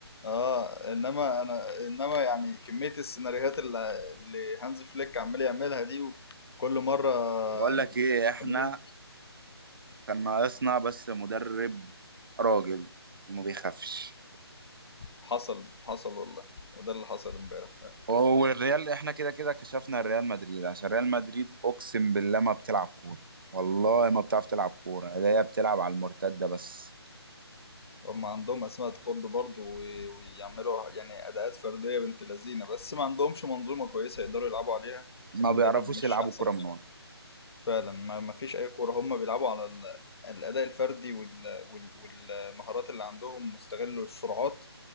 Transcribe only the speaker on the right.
بقول
لك ايه احنا
كان ناقصنا بس مدرب راجل وما بيخافش
هو الريال احنا كده كده كشفنا الريال مدريد عشان ريال مدريد اقسم بالله ما بتلعب كوره والله ما بتعرف تلعب كوره هي بتلعب على المرتده بس
ما
بيعرفوش
يلعبوا
كوره من ورا